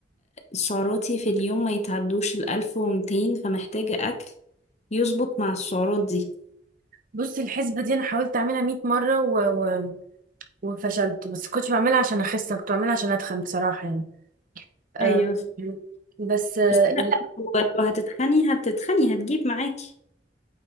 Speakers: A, on the left; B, on the right.
A: سعراتي في اليوم ما يتعدوش الألف ومتين فمحتاجة أكل يظبط مع السعرات دي
B: بصي الحسبه دي انا حاولت اعملها 100 مره و... و... وفشلت بس كنت بعملها عشان اخس كنت بعملها عشان اتخن بصراحه يعني آه
A: أيوه
B: بس اه
A: بس لا هو لو هتتخني هتتخني هتجيب معاكي